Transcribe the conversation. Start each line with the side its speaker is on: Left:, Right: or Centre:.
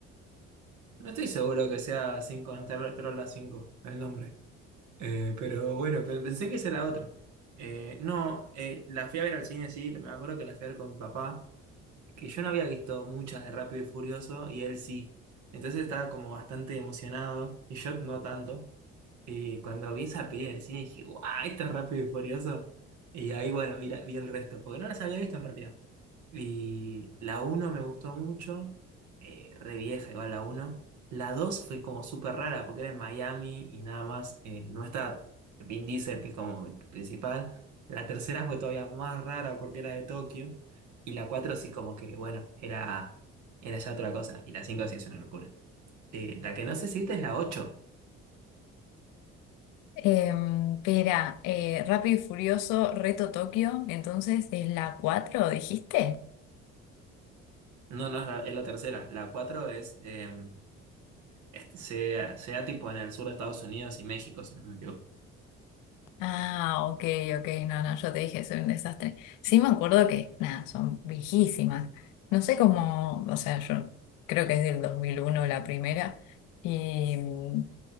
Right: No estoy seguro que sea 5 Troll la 5 el nombre. Eh, pero bueno, pe- pensé que ese era otro. Eh, no, eh, la fui a ver al cine, sí, me acuerdo que la fui a ver con mi papá. que yo no había visto muchas de Rápido y Furioso y él sí. Entonces estaba como bastante emocionado y yo no tanto. Y cuando vi esa peli en el cine dije, ¡guau! Esto es Rápido y Furioso. Y ahí, bueno, vi, la- vi el resto, porque no las había visto en realidad. Y la uno me gustó mucho, eh, re vieja igual la uno La 2 fue como súper rara porque era en Miami y nada más, eh, no está Vin Diesel, que es como el principal. La tercera fue todavía más rara porque era de Tokio. Y la 4 sí como que, bueno, era, era ya otra cosa. Y la 5 sí es una locura. Eh, la que no sé si viste es la ocho
Left: Em, Pera, eh, Rápido y Furioso, Reto Tokio, entonces es la 4, dijiste.
Right: No, no es la, es la tercera. La 4 es, eh, es- sea, sea tipo en el sur de Estados Unidos y México, si no me equivoco.
Left: Ah, ok, ok, no, no, yo te dije, soy un desastre. Sí me acuerdo que, nada, son viejísimas. No sé cómo, o sea, yo creo que es del 2001 la primera y mm,